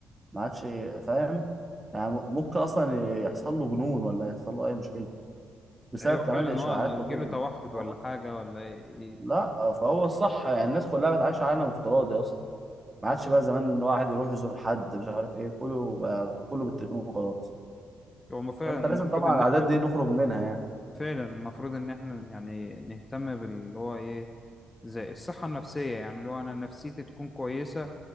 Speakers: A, on the right; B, on the left.
A: ما عادش فاهم يعني م- ممكن اصلا يحصل له جنون ولا يحصل له اي مشكله بسبب
B: ايوه
A: كمان
B: فعلا
A: الاشاعات
B: هو يجيله
A: وكده
B: توحد
A: فهو
B: ولا حاجه ولا إيه.
A: لا فهو الصح يعني الناس كلها بتعيش عالم افتراضي اصلا ما عادش بقى زمان إن واحد يروح يزور حد مش عارف ايه كله بقى كله بالتليفون وخلاص
B: هو ما فعلا
A: فانت لازم
B: المفروض
A: طبعا
B: ان
A: العادات
B: احنا
A: دي نخرج منها يعني
B: فعلا المفروض ان احنا يعني نهتم باللي هو ايه زي الصحه النفسيه يعني اللي هو انا نفسيتي تكون كويسه